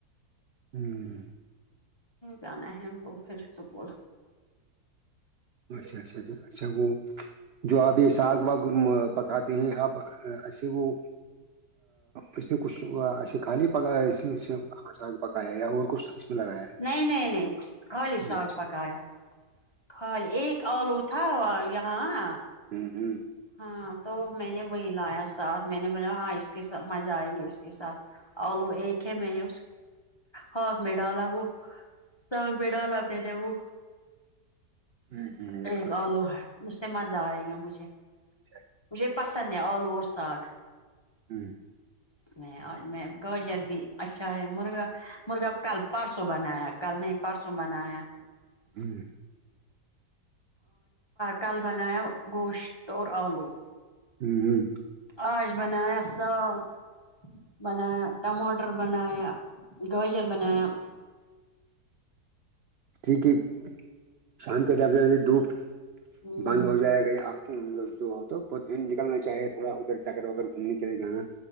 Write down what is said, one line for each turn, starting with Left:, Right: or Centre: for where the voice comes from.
Right: ھمم
Left: جانا ہے ان کو پھر اسکول
Right: اچھا اچھا اچھا وہ جو آپ یہ ساگ واگ پکاتے ہیں آپ ایسے وہ اس میں کچھ ایسے خالی پکایا یا اور کچھ میں لگایا
Left: نہیں نہیں نہیں خالی ساگ
Right: اچھا
Left: پکایا خالی ایک آلو تھا یہاں
Right: ھممم ھمم
Left: ہاں تو میں نے وہی لایا ساتھ میں نے بولا ہاں اس کے ساتھ مزہ آئے گے اس کے ساتھ آلو ایک ہے میں نے ہاں میں ڈالا وہ ت آگ بیڈا آلہ آپ د وہ
Right: ہ ہ بالکل
Left: ایک آلو اس سے مزہ آئے گا مجھے
Right: اچھا
Left: مجھے پسند ہے آلو اور ساگ
Right: ھمم
Left: ج میں میں گاجر بھی اچھا ہے مرغا مرغا کل پرسو بنایا کل نہیں پرسوں من آیا
Right: ھمم
Left: کل بناؤ گوشت اور اور آلو
Right: ھمم
Left: آاش بنایا سال بنایا ٹماٹر بنایا گوجر بنایا <unintelligible>
Right: ٹھیک ہے شام کے ڈھ بجے بجے دھوپ
Left: ہمم
Right: بند ہو جائے گا آپ مطلب جو نکلنا چاہیے تھوڑا ادھر جک وکر گھومنے کے لیے جانا